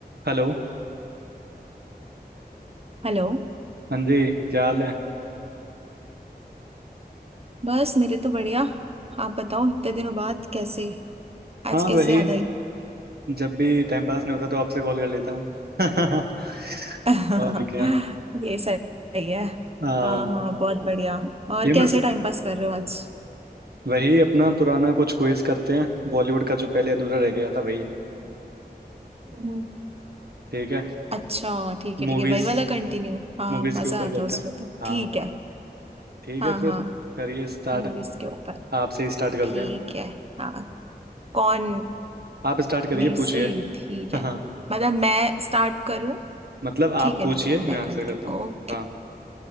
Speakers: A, on the right; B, on the right.
A: Hello
B: Hello
A: हाँ जी क्या हाल है
B: बस मेरे तो बढ़िया आप बताओ इतने दिनों बाद कैसे
A: हाँ
B: आज कैसे
A: वही
B: याद आई
A: जब भी टाइम पास नहीं होता तो आपसे कॉल कर लेता हूँ <laughs>
B: <laughs>
A: और क्या
B: ये सही है
A: हाँ
B: हाँ हाँ बहुत बढ़िया और
A: ये
B: कैसे
A: बस
B: टाइम पास कर रहे हो आज
A: वही अपना पुराना कुछ क्विज करते हैं बॉलीवुड का जो पहले अधूरा रह गया था वही
B: हम्म,
A: ठीक है
B: अच्छा ठीक है
A: मूवीज
B: ठीक है वही वाला कंटिन्यू हाँ
A: मूवीज
B: मजा
A: के ऊपर
B: आता
A: करते
B: है उसमें
A: हैं
B: तो
A: हाँ
B: ठीक है
A: ठीक
B: हाँ
A: है फिर
B: हाँ
A: करिए स्टार्ट
B: मूवीज के ऊपर
A: आपसे ही स्टार्ट करते
B: ठीक
A: हैं
B: है हाँ कौन
A: आप स्टार्ट करिए
B: मेरे
A: पूछिए
B: से
A: <laughs>
B: ठीक है
A: हाँ
B: मतलब मैं स्टार्ट करूँ
A: मतलब
B: ठीक
A: आप
B: है
A: पूछिए
B: ठीक है
A: मैं
B: मैं
A: आंसर
B: करती
A: करता
B: हूँ
A: हूँ
B: ओके
A: हाँ